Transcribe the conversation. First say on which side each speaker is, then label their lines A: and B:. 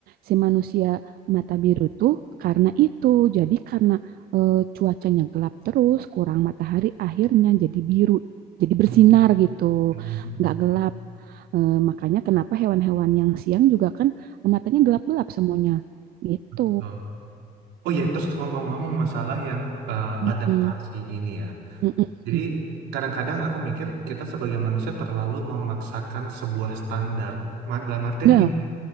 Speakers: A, on the right; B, on the right.
A: si manusia mata biru tuh karena itu jadi karena eh, cuacanya gelap terus kurang matahari akhirnya jadi biru jadi bersinar
B: Mm, mm,
A: gitu
B: mm, mm, mm.
A: nggak gelap. Eh, makanya kenapa hewan-hewan yang siang juga kan matanya gelap-gelap semuanya. Gitu.
B: Betul. Oh iya, terus ngomong-ngomong masalah yang eh,
A: Mm-mm.
B: adaptasi ini ya.
A: Mm-mm.
B: Jadi
A: mm.
B: kadang-kadang aku mikir kita sebagai manusia terlalu memaksakan sebuah standar. Ma- Dalam artian
A: Nah,
B: gini,